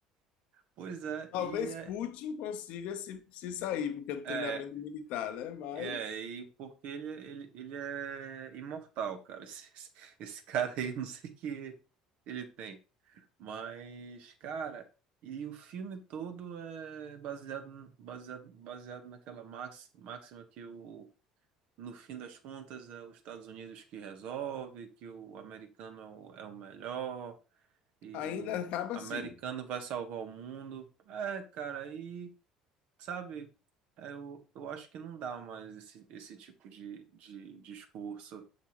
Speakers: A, on the right; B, on the left.
A: pois é,
B: Talvez
A: e é.
B: Putin consiga se, se sair, porque é do
A: é,
B: treinamento militar, né? Mas
A: É, e porque ele, ele, ele é imortal, cara. <laughs> Esse, esse esse cara aí, não sei o que ele tem. Mas, cara, e o filme todo é baseado, baseado, baseado naquela max, máxima que o, no fim das contas é os Estados Unidos que resolve, que o americano é o, é o melhor, e
B: ainda
A: o
B: acaba
A: americano
B: assim.
A: vai salvar o mundo. É, cara, aí sabe, é, eu, eu acho que não dá mais esse, esse tipo de, de discurso.